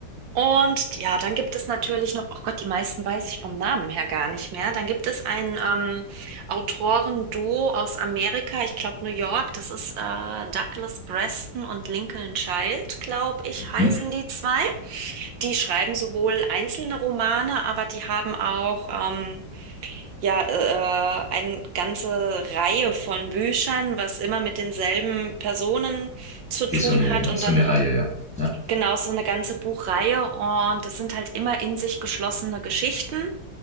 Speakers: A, on the right; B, in the centre.
A: Und ja, dann gibt es natürlich noch, oh Gott, die meisten weiß ich vom Namen her gar nicht mehr. Dann gibt es ein ähm, Autorenduo aus Amerika, ich glaube New York, das ist äh, Douglas Preston und Lincoln Child, glaube ich, heißen
B: Hm,
A: die zwei. Die schreiben sowohl einzelne Romane, aber die haben auch ähm, ja äh, eine ganze Reihe von Büchern, was immer mit denselben Personen zu
B: Okay,
A: tun
B: so eine,
A: hat und
B: so
A: dann
B: eine Reihe, ja. Ja.
A: Genau, so eine ganze Buchreihe und das sind halt immer in sich geschlossene Geschichten